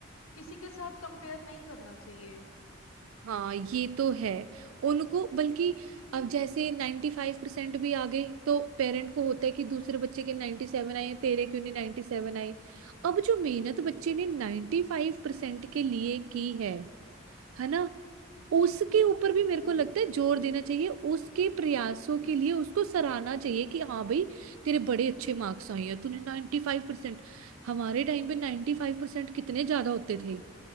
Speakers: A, on the left (about 85°); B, on the right (about 80°).
A: किसी के साथ कंपेयर नहीं करना चाहिए
B: हाँ ये तो है उनको बल्कि अब जैसे नाइन्टी फाइव परसेंट भी आ गए तो पेरेंट को होता है कि दूसरे बच्चे के नाइन्टी सेवन आए हैं, तेरे क्यों नहीं नाइन्टी सेवन आए अब जो मेहनत बच्चे ने नाइन्टी फाइव परसेंट के लिए की है है ना उसके ऊपर भी मेरे को
A: सही
B: लगता है जोर देना चाहिए उसके प्रयासों के लिए उसको सराहना चाहिए कि हाँ भाई तेरे बड़े अच्छे मार्क्स आए हैं तूने 95% हमारे टाइम पे 95% कितने ज्यादा होते थे